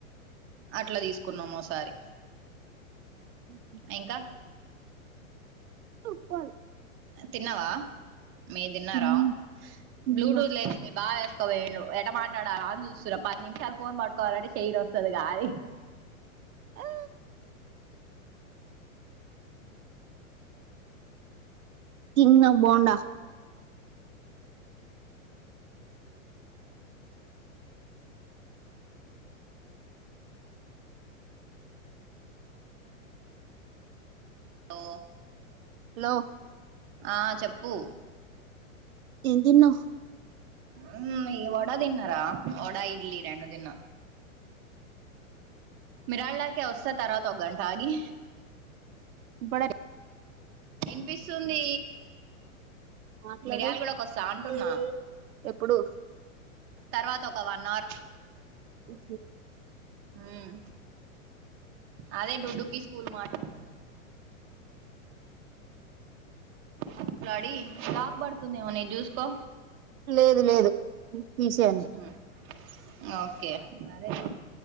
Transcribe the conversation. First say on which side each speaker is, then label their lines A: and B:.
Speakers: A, on the right; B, on the right.
A: అట్ల తీసుకున్నాము ఓసారి
B: ఉ
A: ఇంకా
B: ఉప్పాల్
A: తిన్నావా మీరు దిన్నారా
B: తిన్న తిన్న
A: బ్లూటూత్ లేదు మీ బావ ఏసుకా వేండు ఎట మాట్లాడాలా అని చూస్తున్నా పది నిమిషాలు ఫోన్ పట్టుకోవాలంటే శైయి నొస్తది కాదె
B: ఆ ఓ తినా బోండా
A: ఓ
B: హలో
A: ఆ చెప్పు
B: ఏంతిన్నవ్
A: ఉమ్ ఈ వడ తిన్నారా వడా ఇడ్లీ రెండు తిన మిరాళ్ళకి వస్త తర్వాత ఓగంటాగి
B: డది
A: ఇనిపిస్తుంది
B: మాట్లాడు
A: మిరియాల గుడకు ఓస్తా అంటున్నా
B: ఎప్పుడు
A: తర్వాత ఒక వన్ అర్
B: ఉ
A: ఉమ్ అదే టుడూకి స్కూల్ మాట్ల మాట్లాడి లాగ పడుతుందేమో నీది చూసుకో
B: లేదు లేదు తీసేయండి
A: మ్మ్ ఓకే మరి
B: ఉ